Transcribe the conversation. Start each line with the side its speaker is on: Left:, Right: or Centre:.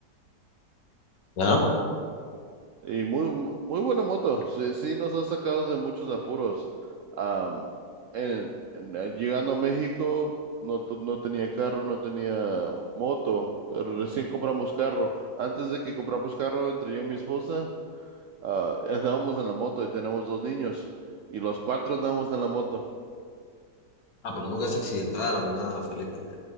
Left: ¿Ya?
Right: Y muy, muy buena moto. Sí, sí nos ha sacado de muchos apuros. Am, en- en- eh, llegando a México, no, tu- no tenía carro, no tenía moto, pero recién compramos carro. Antes de que compramos carro, entre yo y mi esposa, ah, andábamos en la moto y tenemos dos niños y los cuatro andábamos en la moto.
Left: Ah, pero nunca se accidentaron ni nada, felizmente.